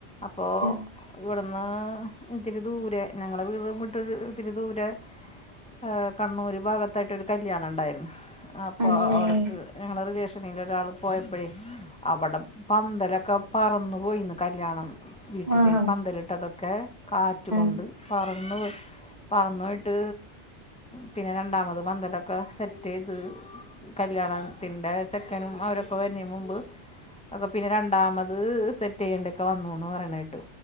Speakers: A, in the centre; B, on the right.
A: അപ്പോ
B: ഉം
A: ഇവടുന്ന് ഇത്തിരി ദൂരെ ഞങ്ങളെ വീട് വിട്ട് ഇത്തിരി ദൂരെ ആഹ്‌ കണ്ണൂര് ഭാഗത്തായിട്ടൊരു കല്യാണം ഇണ്ടാരുന്നു അപ്പോ
B: ആന്നില്ലേ
A: അവടക്ക് ഞങ്ങടെ റിലേ <unintelligible> ഒരാള് പോയപ്പഴേ അവടെ പന്തലേക്കെ പറന്നു പോയിന്ന് കല്യാണ വീട്ടിലെ
B: ആഹ്
A: പന്തലിട്ടതൊക്കെ കാറ്റ്ക്കൊണ്ട്
B: ആഹ്
A: പറന്ന് പോയി പറന്നു പോയിട്ട് പിന്നെ രണ്ടാമത് പന്തലൊക്കെ സെ റ്റെയ്ത് കല്യാണത്തിന്റെ ചെക്കനും അവരൊക്കെ വരണേ മുമ്പ് ഒക്കെപ്പിന്നെ രണ്ടാമത് സെറ്റ് ചെയ്യേണ്ടക്കെ വന്നുന്ന് പറയണെട്ട്